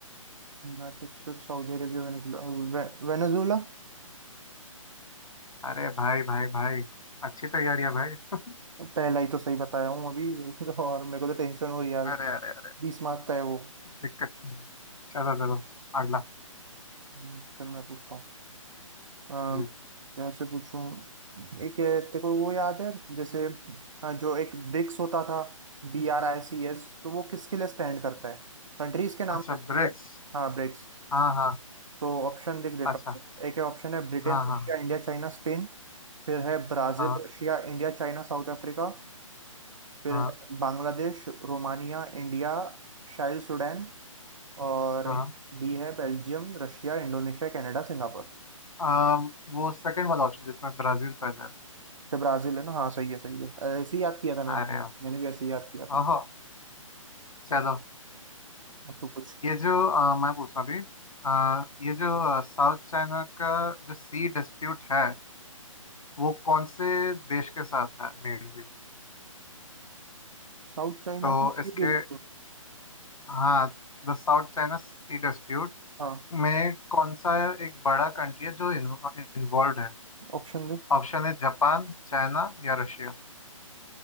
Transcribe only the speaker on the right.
United State Saudi Arabia Venezuela वे- Venezuela?
पहला ही तो सही बताया हूँ अभी <laughs> तो और मेरे को तो टेंशन हो रही है यार
बीस मार्क का है वो
हम्म, चल मैं पूछता हूँ अम,
वैसे पूछूं एक अ, तेरे को वो याद है जैसे अ, जो एक ब्रिक्स होता था बी आर आई सी एस तो वो किसके लिए स्टैंड करता है कंट्रीज के नाम
रहते
हैं हाँ ब्रिक्स
तो ऑप्शन लिख देता
हूँ एक है ऑप्शन है Britain
Russia India China Spain फिर है Brazil
Russia India China South Africa फिर
है Bangladesh Romania India Chile Sudan और
बी है Belgium Russia Indonesia Canada Singapore
अच्छा ब्राजील है ना हाँ सही है सही है अ, ऐसे ही याद किया था मैंने
मैंने भी ऐसे ही याद किया था
अब तो कुछ
साउथ चाइना
में सीरीज
हाँ
ऑप्शन दे